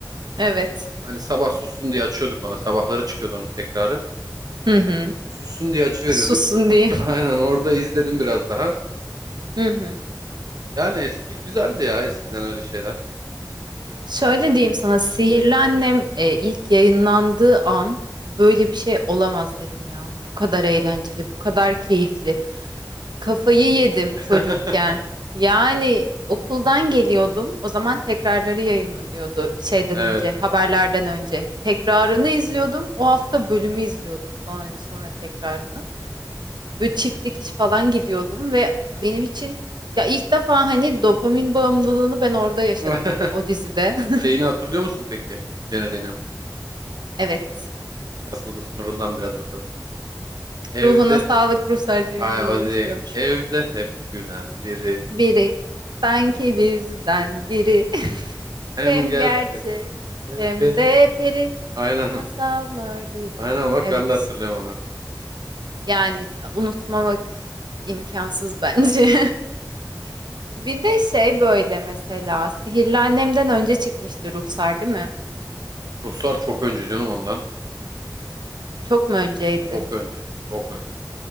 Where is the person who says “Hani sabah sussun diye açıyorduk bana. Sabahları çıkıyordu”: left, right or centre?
Right